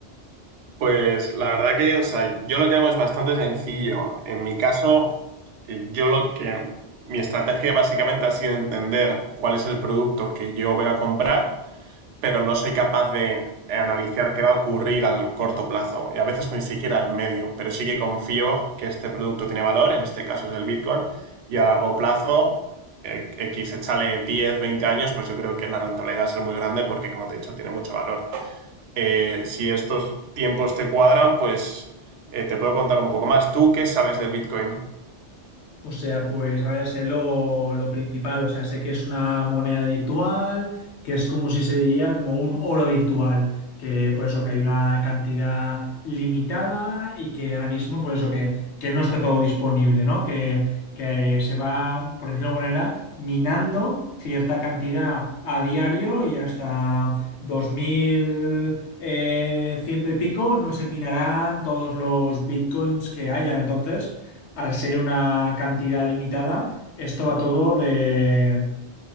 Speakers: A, on the right; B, on the left.
A: Pues la verdad que, o sea, yo lo que hago es bastante sencillo. En mi caso, eh, yo lo que... Mi estrategia básicamente ha sido entender cuál es el producto que yo voy a comprar, pero no soy capaz de analizar qué va a ocurrir al corto plazo y a veces ni siquiera al medio, pero sí que confío que este producto tiene valor, en este caso es el Bitcoin, y a largo plazo, eh, X, échale 10, 20 años, pues yo creo que la rentabilidad va a ser muy grande porque, como te he dicho, tiene mucho valor eh, si estos tiempos te cuadran, pues eh, te puedo contar un poco más. ¿Tú qué sabes del Bitcoin?
B: O sea, pues a ver, sé lo, lo principal, o sea, sé que es una moneda virtual, que es como si se diría como un oro virtual, que pues eso, que hay una cantidad limitada y que ahora mismo pues eso, que, que no está todo disponible, ¿no? Que, que se va, por decirlo de alguna manera, minando cierta cantidad a diario y hasta dos mil eh, ciento y pico no se minarán todos los bitcoins que hayan. Entonces al ser una cantidad limitada, esto va todo de,